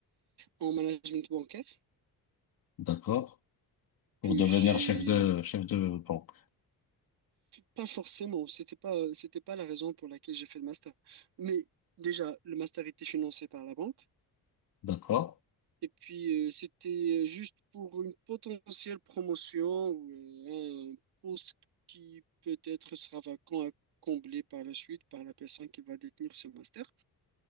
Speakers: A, on the right; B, on the left.
A: en management bancaire
B: D'accord. Pour
A: que
B: devenir
A: j'ai
B: chef de chef de banque,
A: pas forcément, c'était pas, c'était pas la raison pour laquelle j'ai fait le master. Mais déjà, le master était financé par la banque.
B: d'accord.
A: Et puis, euh, c'était juste pour une potentielle promotion ou euh, un poste qui peut-être sera vacant à combler par la suite par la personne qui va détenir ce master.